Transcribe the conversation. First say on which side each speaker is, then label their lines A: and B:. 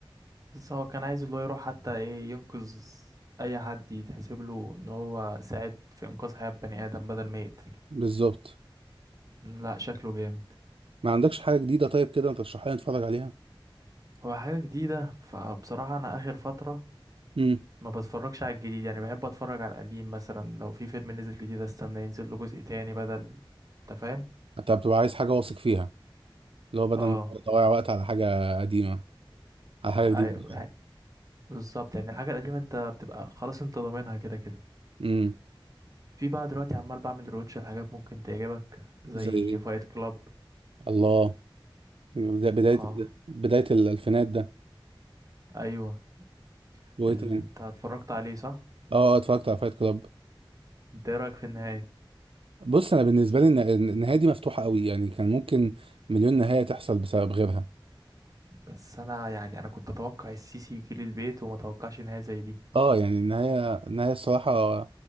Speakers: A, on the right (about 40°); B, on the right (about 80°).
A: بس هو كان عايز اللي هو يروح حتى ايه ينقذ اي حد يتحسب له ان هو ساعد في انقاذ حياة بني ادم بدل ما يقتل
B: بالظبط
A: مم، لا شكله جامد
B: ما عندكش حاجة جديدة طيب كده ترشحها لي نتفرج عليها
A: هو حاجة جديدة فبصراحة انا اخر فترة
B: امم
A: ما بتفرجش على الجديد يعني بحب اتفرج على القديم مثلا لو في فيلم نزل جديد استنى ينزل له جزء تاني بدل انت فاهم
B: انت بتبقى عايز حاجة واثق فيها اللي هو بدل
A: اه
B: ما تضيع وقت على حاجة قديمة على حاجة
A: ايوه
B: جديدة
A: يعني بالظبط يعني الحاجه القديمه انت بتبقى خلاص انت ضامنها كده كده
B: امم
A: في بقى دلوقتي عمال بعمل روتش لحاجات ممكن تعجبك زي
B: زي ايه
A: فايت كلاب
B: الله بدا- بداية
A: اه
B: بداية الألفينات ده
A: ايوه
B: وإيه
A: ال-
B: تاني؟
A: انت اتفرجت عليه صح
B: آه آه، اتفرجت على فايت كلاب
A: انت ايه رايك في النهايه
B: بص أنا بالنسبة لي الن- النهاية دي مفتوحة قوي يعني كان ممكن مليون نهاية تحصل بسبب غيرها
A: بس انا يعني انا كنت اتوقع السيسي يجي لي البيت وما اتوقعش نهايه زي دي
B: آه يعني النهاية النهاية الصراحة